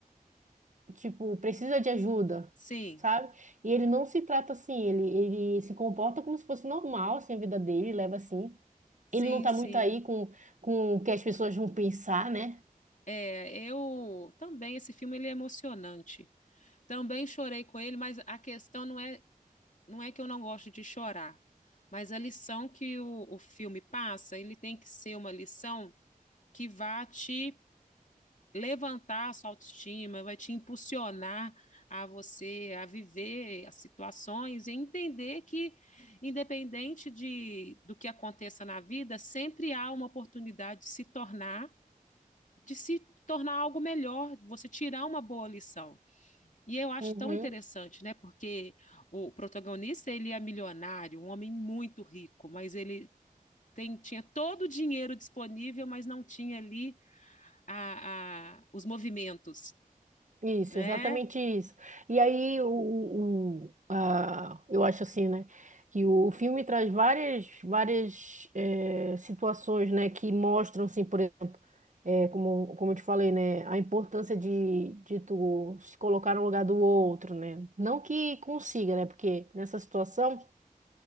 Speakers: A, on the right; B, on the left.
A: tipo, precisa de ajuda,
B: sim.
A: sabe? E ele não se trata assim, ele, ele se comporta como se fosse normal, assim, a vida dele, leva assim.
B: Sim,
A: Ele não tá
B: sim.
A: muito aí com, com o que as pessoas vão pensar, né?
B: É, eu também, esse filme ele é emocionante. Também chorei com ele, mas a questão não é, não é que eu não gosto de chorar, mas a lição que o, o filme passa, ele tem que ser uma lição que vá te levantar a sua autoestima, vai te impulsionar a você a viver as situações e entender que, independente de, do que aconteça na vida, sempre há uma oportunidade de se tornar de se tornar algo melhor, de você tirar uma boa lição. E eu acho
A: Uhum.
B: tão interessante, né? Porque o protagonista, ele é milionário, um homem muito rico, mas ele tem, tinha todo o dinheiro disponível, mas não tinha ali a, a, os movimentos,
A: Isso,
B: né?
A: exatamente isso. E aí, o, o, a, eu acho assim, né? Que o filme traz várias, várias eh, situações, né? Que mostram, assim, por exemplo, eh, como, como eu te falei, né? A importância de, de tu se colocar no lugar do outro, né? Não que consiga, né? Porque nessa situação,